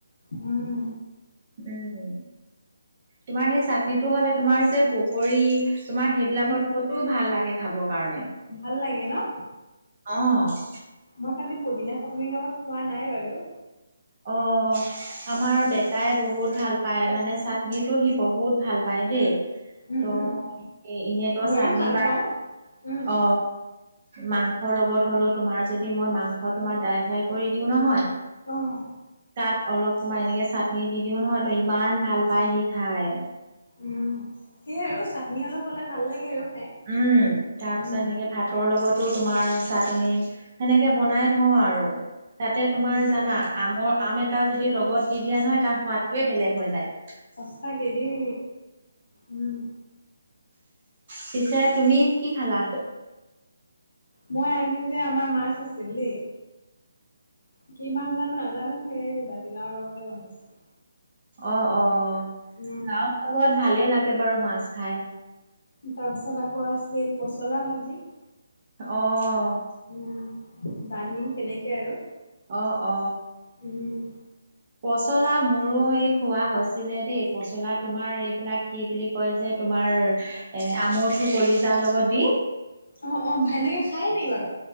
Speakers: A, on the left; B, on the right.
A: উম,
B: উম, তোমাৰ সেই চাটনিটো হলে তোমাৰ যে পকৰী তোমাৰ সেইবিলাকৰ
A: উম।
B: লগতো ভাল লাগে খাবৰ কাৰণে।
A: ভাল লাগে ন?
B: অহ।
A: মই খালি পুদিনা চাটনিৰ লগত খোৱা নাই বাৰু।
B: অ', আমাৰ বেটাই বহুত ভাল পায়। মানে চাটনিটো সি বহুত ভাল পায় দেই।
A: উম,
B: ত'
A: উম।
B: মই এনেতো
A: মইয়ো
B: চাটন
A: ভাল
B: বা
A: পাওঁ। উম।
B: অ, মাংস লগত হ'লেও তোমাৰ যদি মই মাংস তোমাৰ ড্ৰাই ফ্ৰাই কৰি দিও নহয়।
A: অহ।
B: তাত অলপ তোমাৰ এনেকে চাটনি দি দিও নহয় তো ইমান ভাল পাই সি খাই।
A: উম, সেইয়াই আৰু। চাটনি অলপ হলে ভাল লাগে আৰু খাই।
B: উম। তাৰ
A: উম,
B: পিছত এনেকে ভাতৰ লগতো তোমাৰ চাটনি সেনেকে বনাই থ থওঁ আৰু। তাতে তোমাৰ
A: উম,
B: জানা
A: উম।
B: আমৰ আম এটা টা যদি লগত দি দিয়া নহয়, তাৰ সোৱাদটোৱেই বেলেগ হৈ যায়।
A: সঁচাকে দেই, উম।
B: পিছে তুমি কি খালা?
A: মই আজি যে আমাৰ মাছ আছিল দেই। কি মাছ জানো নাজানো, সেই জাতিলাউৰ লগতে বনাইছিলো।
B: অ', অ,
A: উম।
B: লাওৰ লগত ভালেই লাগে বাৰু মাছ খাই।
A: তাৰপিছত আকৌ আছিল পচলা ভাজি।
B: অহ।
A: উম দালি তেনেকেই আৰু।
B: অ', অ।
A: উম।
B: পচলা মোৰো এই খোৱা হৈছিলে দেই পচলা তোমাৰ এইবিলাক কি বুলি কয় যে? তোমাৰ আমঠু কলিজাৰ লগত দি।
A: অ', অ সেনেকে খায় নেকি বাৰু?